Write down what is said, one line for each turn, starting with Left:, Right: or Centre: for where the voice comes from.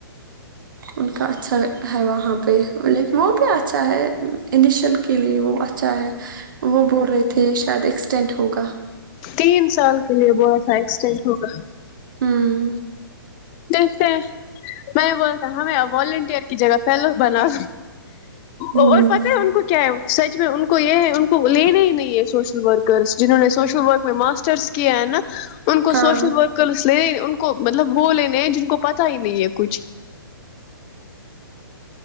Right: ان کا اچھا ہے وہاں پہ لیکن وہ بھی اچھا ہے انیشیل کے لیے وہ اچھا ہے وہ بول رہے تھے شاید ایک ایکسٹینٹ ہوگا
Left: تین سال کے لیے با سا ایکسٹین ہوگا
Right: ہاں
Left: دیکھتے ہیں میں یہ بولتا ہمیں ونٹیئر کی جگہ فلو بنا
Right: ہوں
Left: اور پت ہے ان کو کیا ہے سچ میں ان کو یہ ہے ان کو لینا ہی نہیں سوشل ورکرس جنہوں نے سوشل ورک میں ماسٹرس کیا ہے نا ان کو
Right: ہاں
Left: سوشل ورکر اس لے ان کو مطلب وہ لینے نہیں جن کو پتا ہی نہیں ہے کچھ